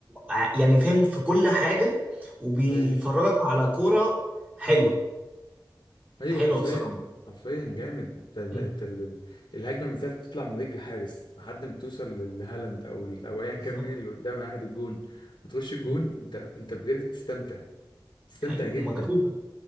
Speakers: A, on the right; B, on the left.
A: ع- يعني فاهم في كل حاجة وبيفرجك
B: ايوه
A: على كورة حلوة
B: ايوه
A: حلوة
B: حرفيا
A: بصراحة
B: حرفيا جامد انت ال-
A: مم.
B: انت ال- الهجمه من ساعه ما تطلع من رجل الحارس لحد ما توصل لل- لهالاند او ال- او ايا كان
A: بالظبط
B: مين اللي قدام واحد الجون وتخش الجون
A: مم.
B: انت انت بجد بتستمتع بتستمتع
A: ايوه
B: جدا
A: ومكتوبة